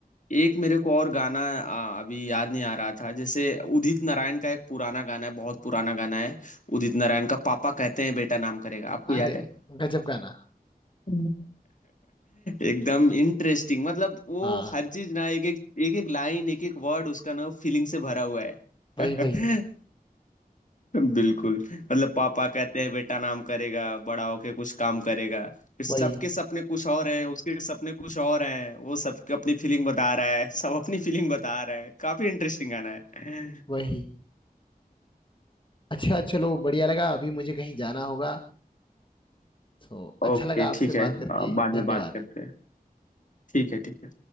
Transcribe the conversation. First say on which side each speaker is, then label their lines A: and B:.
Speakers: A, on the left (about 55°); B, on the left (about 30°).
A: एक मेरे को और गाना आ, अभी याद नहीं आ रहा था जैसे उदित नारायण का एक पुराना गाना है बहुत पुराना गाना है उदित नारायण का पापा कहते हैं बेटा नाम करेगा आपको याद
B: अरे
A: है
B: गजब गाना
A: <laughs> एकदम इंटरेस्टिंग मतलब वो
B: हाँ
A: हर चीज ना एक एक एक एक लाइन एक एक वर्ड उसका ना फीलिंग से भरा हुआ है
B: वही
A: <laughs>
B: वही
A: बिल्कुल मतलब पापा कहते हैं बेटा नाम करेगा बड़ा होके कुछ काम करेगा फिर सबके
B: वही
A: सपने कुछ और हैं उसके सपने कुछ और हैं वो सबके अपनी फीलिंग बता रहा है सब अपनी फीलिंग बता रहा है काफी इंटरेस्टिंग गाना है
B: वही अच्छा चलो बढ़िया लगा अभी मुझे कहीं जाना होगा तो अच्छा
A: ओके
B: लगा आपसे
A: ठीक है
B: बात करके
A: आ, बाद
B: धन्यवाद
A: में बात करते हैं ठीक है ठीक है